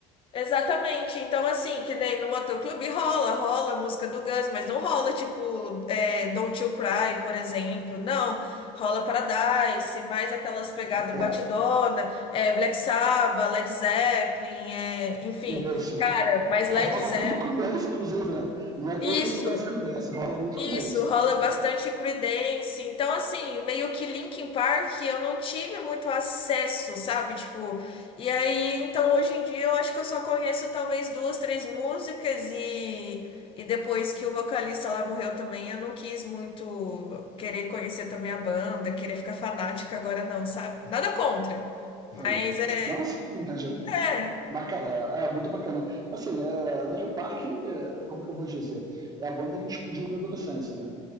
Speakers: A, on the left (about 40°); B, on the right (about 25°).
A: Exatamente. Então, assim, que nem no motoclube rola, rola música do Guns, mas não rola, tipo, é, Don't You Cry, por exemplo. Não. Rola Paradise, mais aquelas pegadas
B: É,
A: batidona, é, Black Sabbath, Led Zeppelin, é, enfim.
B: isso.
A: Cara, mas
B: É,
A: Led
B: rola
A: Zeppelin.
B: muito com dance, inclusive, né? Não é à toa
A: Isso.
B: que você conhece com dance, rola muito
A: Isso,
B: com dance.
A: rola bastante Creedence. Então, assim, meio que Linkin Park eu não tive muito acesso, sabe? Tipo, e aí, então hoje em dia eu acho que eu só conheço talvez duas, três músicas e, e depois que o vocalista lá morreu também, eu não quis muito querer conhecer também a banda, querer ficar fanática agora não, sabe? Nada contra. Mas
B: Sim.
A: é,
B: Nossa, entendi.
A: é.
B: Mas, cara, é muito bacana. Assim, é, Linkin Park, é, como que eu vou dizer? É a banda que explodiu na minha adolescência, né?